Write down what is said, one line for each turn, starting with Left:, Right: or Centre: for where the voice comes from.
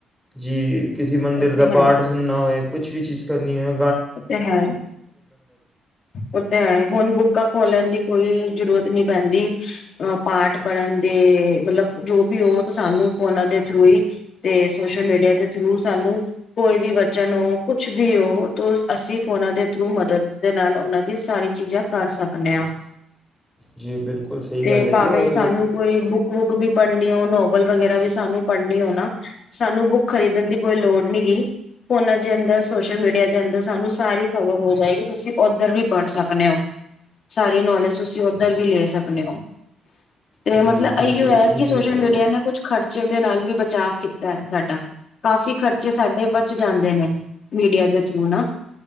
Centre: ਜੀ ਕਿਸੇ ਮੰਦਰ
Left: ਉਤੇ
Centre: ਦਾ ਪਾਠ ਸੁਣਨਾ ਹੋਏ ਕੁਛ ਵੀ ਚੀਜ਼ ਕਰਨੀ ਹੈ
Left: ਓਹ ਤੇ ਹੈ ਓਹ ਤੇ ਹੈ ਹੁਣ ਬੁੱਕਾਂ ਖੋਲਨ ਦੀ ਕੋਈ ਜਰੂਰਤ ਨੀ ਪੈਂਦੀ ਅ ਪਾਠ ਪੜ੍ਹਨ ਦੇ ਮਤਲਬ ਜੋ ਵੀ ਹੋ ਸਾਨੂੰ ਫੋਨਾਂ ਦੇ ਥਰੂ ਹੀ ਤੇ ਸੋਸ਼ਲ ਮੀਡੀਆ ਦੇ ਥਰੂ ਸਾਨੂੰ ਕੋਈ ਵੀ ਵਚਨ ਹੋ ਕੁਛ ਭੀ ਹੋ ਅਸੀਂ ਫੋਨਾਂ ਦੇ ਥਰੂ ਮਦਦ ਦੇ ਨਾਲ ਓਹਨਾਂ ਦੀ ਸਾਰੀ ਚੀਜਾਂ ਕਰ ਸਕਨੇ ਆਂ
Centre: ਜੀ ਬਿਲਕੁਲ ਸਹੀ
Left: ਤੇ
Centre: ਗੱਲ ਹੈ
Left: ਭਾਵੇਂ
Centre: ਜੀ ਔਰ
Left: ਸਾਨੂੰ ਕੋਈ ਬੁੱਕ ਵੁੱਕ ਵੀ ਪੜ੍ਹਨੀ ਹੋ ਨੋਵਲ ਵਗੈਰਾ ਵੀ ਸਾਨੂੰ ਪੜ੍ਹਨੀ ਹੋ ਨਾ ਸਾਨੂੰ ਬੁੱਕ ਖਰੀਦਣ ਦੀ ਕੋਈ ਲੋੜ ਨੀ ਗੀ ਫੋਹਨਾਂ ਦੇ ਅੰਦਰ ਸੋਸ਼ਲ ਮੀਡੀਆ'ਹ ਅੰਦਰ ਸਾਨੂੰ ਸਾਰੀ ਖ਼ਬਰ ਹੋ ਜਾਏਗੀ ਤੁਸੀਂ ਉੱਧਰ ਵੀ ਪੜ੍ਹ ਸਕਨੋ ਓ ਸਾਰੀ ਨੌਲੇਜ ਤੁਸੀਂ ਉੱਧਰ ਵੀ ਲੈ ਸਕਨੇ ਓ ਤੇ
Centre: ਜੀ
Left: ਮਤਲਬ
Centre: ਬਿਲਕੁਲ
Left: ਐਓ ਹੇ
Centre: ਤੁਸੀਂ
Left: ਕਿ
Centre: ਸਹੀ
Left: ਸੋਸ਼ਲ
Centre: ਕਹਿ ਰਹੇ
Left: ਮੀਡੀਆ
Centre: ਹੋ।
Left: ਨੇ ਕੁੱਛ ਖਰਚ ਖਰਚੇ ਦੇ ਨਾਲ ਵੀ ਬਚਾਅ ਕੀਤਾ ਹੈ ਸਾਡਾ ਕਾਫ਼ੀ ਖਰਚੇ ਸਾਡੇ ਬਚ ਜਾਂਦੇ ਨੇ ਮੀਡੀਆ ਦੇ ਹੈਣਾ